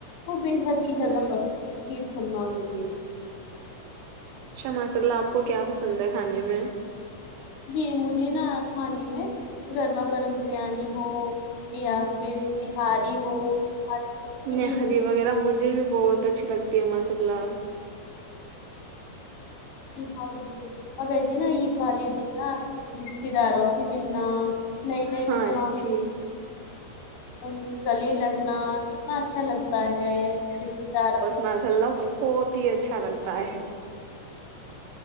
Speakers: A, on the left (about 90°); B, on the right (about 80°).
A: وہ بےحد ہی
B: ہ
A: زیادہ پسنید سیر خور ما مجھے
B: اچھا ماشاء اللہ آپ کو کیا پسند ہے کھانے میں
A: جی مجھے نا کھانے میں گرما گرم بریانی ہو یا پھر نہہاری ہو نہاری تو مجھے
B: نہاری
A: بےحد
B: وغیرہ مجھے بھی بہت اچھی لگتی ہے ماشاء اللہ
A: جی ہاں بالکل اور وسے نا عید والے دن نا رشتے داروں سے ملنا نہیں نہیں
B: ہاں
A: مہمان
B: جی
A: ان کے لگنا کتنا اچھا لگتا ہےار
B: ماشا اللہ بہت ہی اچھا لگتا ہے